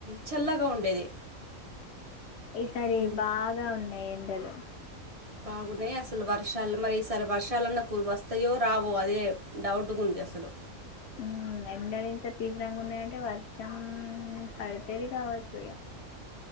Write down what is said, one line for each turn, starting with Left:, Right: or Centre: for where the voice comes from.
Right: చల్లగా ఉండేది
Left: ఈసారి
Right: ఉమ్,
Left: బాగా ఉన్నాయండి టలు
Right: బాగున్నాయి అసలు వర్షాలు మరి ఈసారి వర్షాలన్న కూ వస్తాయో రావో అదే డౌట్ ఉంది అసలు
Left: మ్మ్ ఎండ ఇంత తీవ్రంగా ఉన్నాయంటే వర్షం పడతది కావచ్చు ఇగ